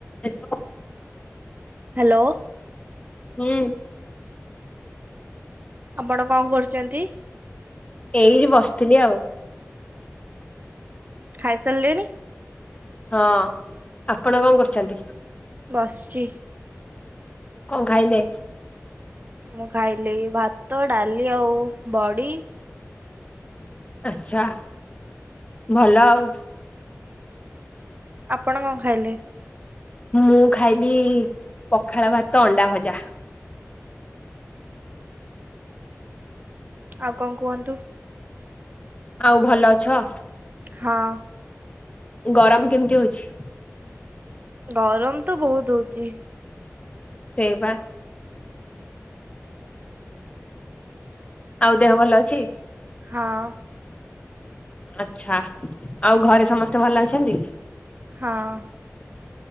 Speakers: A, on the left; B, on the right.
A: ହେଲୋ
B: ହାଲୋ
A: ହୁଁ
B: ଆପଣ କଣ କରୁଚନ୍ତି।
A: ଏଇଠି ବସିଥିଲି ଆଉ।
B: ଖାଇସାରିଲେଣି।
A: ହଁ ଆପଣ କଣ କରୁଚନ୍ତି?
B: ବସଚି।
A: କଁ ଖାଇଲେ?
B: ମୁଁ ଖାଇଲି ଭାତ ଡାଲି ଆଉ ବଡି
A: ଆଚ୍ଛା ଭଲ ଆଉ।
B: ଆପଣ କଣ ଖାଇଲେ?
A: ମୁଁ ଖାଇଲି ପଖାଳ ଭାତ ଅଣ୍ଡା ଭଜା।
B: ଆଉ କଣ କୁହନ୍ତୁ?
A: ଆଉ ଭଲ ଅଛ?
B: ହଁ।
A: ଗରମ୍ କେମ୍ତି ହଉଛି?
B: ଗରମ୍ ତ ବହୁତ୍ ହଉଚି।
A: ସେ ବା ଆଉ ଦେହ ଭଲ ଅଛି?
B: ହଁ।
A: ଆଚ୍ଛା, ଆଉ ଘରେ ସମସ୍ତେ ଭଲ ଅଛନ୍ତି?
B: ହଁ।